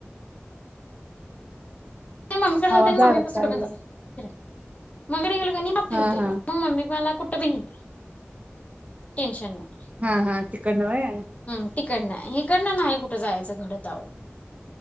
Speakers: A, on the left; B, on the right.
A: ते मम्मीकडे जाते
B: आवाज
A: आणि मम्मी
B: अडकायलाय
A: <inaudible> जाते फिरायला. मम्मीकडं गेलो आणि मग फिरतेय
B: हा हा
A: मग. मग मम्मी मला कुट बी <inaudible> टेन्शन नाय.
B: हा हा तिकडन व्हय?
A: हम् तिकडन हिकडनं नाही कुठं जायचं घडत आओ.